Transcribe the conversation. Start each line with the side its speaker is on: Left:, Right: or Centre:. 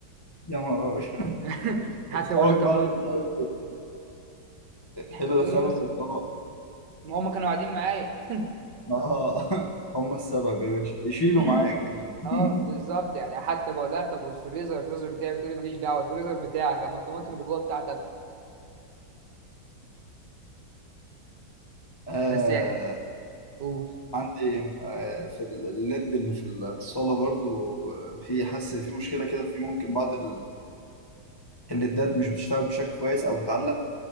Left: يا نهار ابيط
Right: <laughs> حتى
Left: اصحابك
Right: بقول لها طب
Left: مالهم
Right: بقول
Left: طيب؟ ايه اللي
Right: بتقول
Left: دخلهم
Right: <coughs> ايه مثلا
Left: في الحوار
Right: ما هم كانوا قاعدين معايا <coughs>
Left: اه <laughs> هم السبب يا باشا يشيلوا
Right: <clears throat>
Left: معاك اكيد
Right: اه بالظبط
Left: <laughs>
Right: يعني حتى بقول لها طب والفريزر الفريزر بتاعي بتقول لي ماليش دعوه الفريزر بتاعك اما الطماطم اللي جوه بتاعتي انا
Left: آه
Right: بس قول
Left: عندي آه في الليد اللي في الصاله برضو في حاسس في مشكله كده في ممكن بعض ال- الليدات مش بتشتغل بشكل كويس او بتعلق